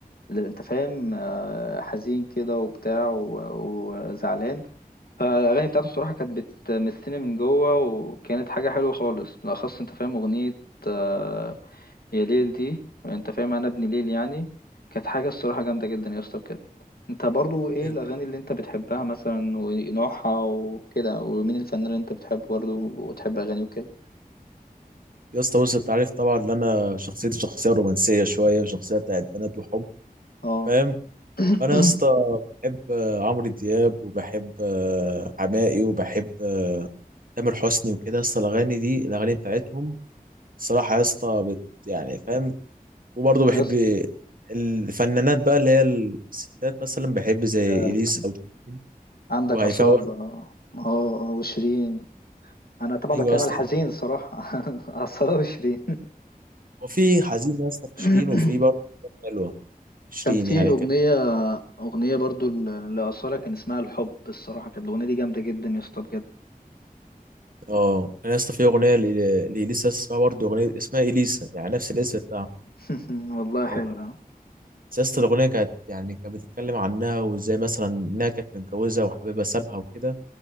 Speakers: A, on the left; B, on the right.
A: اللي انت فاهم آه، حزين كده وبتاع و- وزعلان فالاغاني بتاعته الصراحه كانت بتمسني من جوه وكانت حاجه حلوه خالص بالاخص انت فاهم اغنيه آه، يا ليل دي انت فاهم انا ابن ليل يعني كانت حاجه الصراحه جامده جدا يا اسطى بجد انت برضو ايه
B: ايوه
A: الاغاني اللي انت بتحبها مثلا ونوعها وكده ومين الفنان اللي انت بتحبه برضو وتحب اغانيه وكده
B: يا اسطى بص انت عارف طبعا ان انا شخصيتي شخصية رومانسية شوية وشخصية بتاعت بنات وحب
A: اه
B: فاهم
A: <clears throat>
B: فانا يا اسطى بحب آه، عمرو دياب وبحب آه، حماقي وبحب آه، تامر حسني وكده يا اسطى الاغاني دي الاغاني بتاعتهم الصراحة يا اسطى بت يعني فاهم وبرضه بحب
A: يس
B: الفنانات بقى اللي هي الستات مثلا بحب زي
A: يا-
B: اليسا او شيرين
A: عندك
B: وهيفاء
A: اصاله
B: وهبي.
A: اه وشيرين انا طبعا
B: ايوه
A: بتكلم
B: اصلا
A: على الحزين الصراحه <laughs> على الصلاه وشيرين
B: وفي حزين يا اسطى
A: <coughs>
B: في شيرين وفي برضه حلوه في شيرين
A: كان في
B: يعني
A: اغنيه
B: كانت
A: اغنيه برضو ل- لاصاله كان اسمها الحب الصراحه كانت الاغنيه دي جامده جدا يا اسطى بجد
B: اه انا يا اسطى في اغنيه ل- لاليسا اسمها برضه اغنيه اسمها اليسا يعني نفس الاسم بتاعها
A: <laughs> والله حلوه
B: أنا- بس يا اسطى الاغنيه كانت يعني كانت بتتكلم عنها وازاي مثلا انها كانت متجوزه وحبيبها سابها وكده